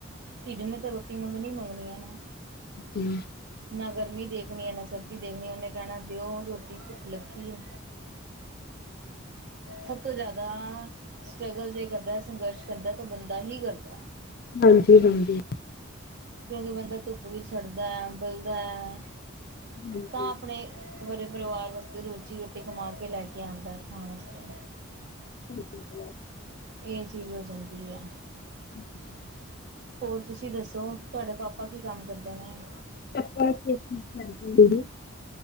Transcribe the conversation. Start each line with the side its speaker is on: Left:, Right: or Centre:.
Right: ਢਿੱਡ ਨੇ ਤਾ ਰੋਟੀ ਮੰਗਣੀ-ਮੰਗਣੀ ਐ ਨਾ।
Left: ਹੂੰ।
Right: ਨਾ ਗਰਮੀ ਦੇਖਣੀ ਐ, ਨਾ ਸਰਦੀ ਦੇਖਣੀ, ਉਹਨੇ ਕਹਿਣਾ ਦਿਓ ਰੋਟੀ ਭੁੱਖ ਲੱਗੀ ਐ। ਸਭ ਤੋਂ ਜ਼ਿਆਦਾ, ਸਟਰਗਲ ਜੇ ਕਰਦਾ ਸੰਘਰਸ਼ ਕਰਦਾ ਤਾ ਬੰਦਾ ਹੀ ਕਰਦਾ।
Left: ਹਾਂਜੀ-ਹਾਂਜੀ।
Right: ਕਿਉਂਕਿ ਬੰਦਾ ਧੁੱਪ ਵਿਚ ਸੜਦਾ ਐ, ਬਲਦਾ ਐ।
Left: ਹੂ
Right: ਤਾ ਆਪਣੇ, ਵਰੇ ਪਰਿਵਾਰ ਵਾਸਤੇ ਰੋਜ਼ ਰੋਟੀ ਕਮਾਕੇ ਲੈਕੇ ਆਂਦਾ ਏ, ਖਾਣ ਵਾਸਤੇ।
Left: <unintelligible>
Right: ਏ ਚੀਜ਼ ਹੋ ਜਾਂਦੀ ਐ।
Left: <inaudible>
Right: ਹੋਰ ਤੁਸੀਂ ਦੱਸੋ, ਤੁਹਾਡੇ ਪਾਪਾ ਕੀ ਕੰਮ ਕਰਦੇ ਨੇ?
Left: <unintelligible>